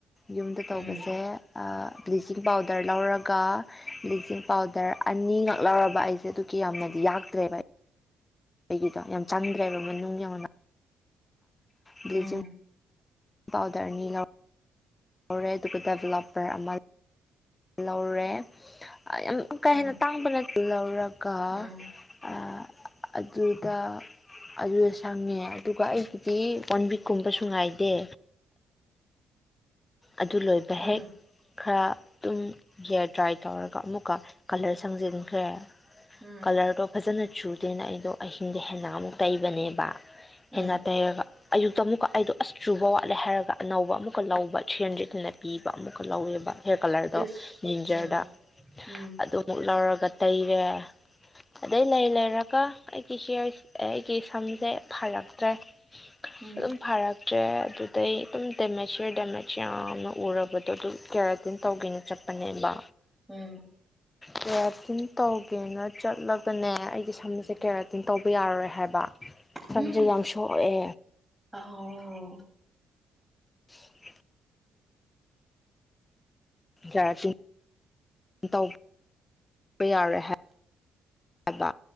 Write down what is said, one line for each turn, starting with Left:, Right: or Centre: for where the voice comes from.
Left: ꯌꯨꯝꯗ
Centre: ꯎꯝ
Left: ꯇꯧꯕꯖꯦ ꯑꯥ ꯕ꯭ꯂꯤꯆꯤꯡ ꯄꯥꯎꯗꯔ ꯂꯧꯔꯒ ꯕ꯭ꯂꯤꯛꯆꯤꯡ ꯄꯥꯎꯗꯔ ꯑꯅꯤꯉꯛ ꯂꯧꯔꯕ ꯑꯩꯖꯦ ꯑꯗꯨꯛꯀꯤ ꯌꯥꯝꯅꯗꯤ ꯌꯥꯛꯇ꯭ꯔꯦꯕ ꯑꯩꯒꯤꯗꯣ ꯌꯥꯝ ꯆꯟꯗ꯭ꯔꯦꯕ ꯃꯅꯨꯡ ꯌꯧꯅ ꯕꯤꯡꯆꯤꯡ
Centre: ꯎꯝ
Left: ꯄꯥꯎꯗꯔ ꯑꯅꯤ ꯂꯧ ꯑꯣꯔꯦꯗꯨꯒ ꯗꯦꯕꯂꯞꯄꯔ ꯑꯃ ꯂꯧꯔꯦ ꯑꯥ ꯌꯥꯝ ꯀꯥ
Centre: ꯎꯝ
Left: ꯍꯦꯟꯅ ꯇꯥꯡꯕꯅꯠꯇ ꯂꯧꯔꯒ
Centre: ꯎꯝ ꯎꯝ
Left: ꯑꯥ ꯑꯗ꯭ꯔꯨꯗ ꯑꯗꯨꯗ ꯁꯪꯉꯦ ꯑꯗꯨꯒ ꯑꯩꯒꯤꯗꯤ ꯋꯥꯟ ꯋꯤꯛꯀꯨꯝꯕꯁꯨ ꯉꯥꯏꯗꯦ ꯑꯗꯨ ꯂꯣꯏꯕ
Centre: ꯎꯝ
Left: ꯍꯦꯛ ꯈꯔ ꯑꯗꯨꯝ ꯍꯤꯌꯥꯔ ꯗ꯭ꯔꯥꯏ ꯇꯧꯔꯒ ꯑꯃꯨꯛꯀ ꯀꯂꯔ ꯁꯪꯖꯤꯟꯈ꯭ꯔꯦ
Centre: ꯎꯝ
Left: ꯀꯂꯔꯗꯣ ꯐꯖꯅ ꯆꯨꯗꯦꯅ ꯑꯩꯗꯣ ꯑꯍꯤꯡꯗ ꯍꯦꯟꯅ ꯑꯃꯨꯛ ꯇꯩꯕꯅꯦꯕ
Centre: ꯎꯝ
Left: ꯍꯦꯟꯅ ꯇꯩꯔꯒ ꯑꯌꯨꯛꯇ ꯑꯃꯨꯛꯀ ꯑꯩꯗꯣ ꯑꯁ ꯆꯨꯕ ꯋꯥꯠꯂꯦ ꯍꯥꯏꯔꯒ ꯑꯅꯧꯕ ꯑꯃꯨꯛꯀ ꯂꯧꯕ ꯊ꯭ꯔꯤ ꯍꯟꯗ꯭ꯔꯦꯠꯅ ꯄꯤꯕ ꯑꯃꯨꯛꯀ ꯂꯧꯋꯦꯕ ꯍꯦꯌ ꯀꯂꯔꯗꯣ
Centre: ꯏꯁ
Left: ꯌꯤꯟꯖꯔꯗ
Centre: ꯎꯝ
Left: ꯑꯗꯨꯃꯨꯛ ꯂꯧꯔꯒ ꯇꯩꯔꯦ ꯑꯗꯩ ꯂꯩ ꯂꯩꯔꯒ ꯑꯩꯒꯤ ꯍꯤꯌꯔ ꯑꯩꯒꯤ ꯁꯝꯁꯦ ꯐꯔꯛꯇ꯭ꯔꯦ
Centre: ꯎꯝ
Left: ꯑꯗꯨꯝ ꯐꯥꯔꯛꯇ꯭ꯔꯦ ꯑꯗꯨꯗꯩ ꯑꯗꯨꯝ ꯗꯦꯃꯦꯖ ꯍꯤꯌꯔ ꯗꯦꯃꯦ ꯁꯌꯥꯝꯅ ꯎꯔꯕꯗꯣ ꯑꯗꯨ ꯀꯦꯔꯇꯤꯟ ꯇꯧꯒꯦꯅ ꯆꯠꯄꯅꯦꯕ
Centre: ꯎꯝ
Left: ꯀꯦꯔꯥꯇꯤꯟ ꯇꯧꯒꯦꯅ ꯆꯠꯂꯒꯅꯦ ꯑꯩꯒꯤ ꯁꯝꯃꯁꯦ ꯀꯦꯔꯥꯇꯤꯟ ꯇꯧꯕ ꯌꯥꯔꯔꯣꯏ ꯍꯥꯏꯕ ꯁꯝꯖꯦ
Centre: ꯎꯝ
Left: ꯌꯥꯝ ꯁꯣꯛꯑꯦ
Centre: ꯑꯍꯣ
Left: <unintelligible> <unintelligible> ꯇꯧ ꯕꯥ ꯌꯥꯔꯦ ꯍꯥꯏ <unintelligible> ꯍꯥꯏꯕ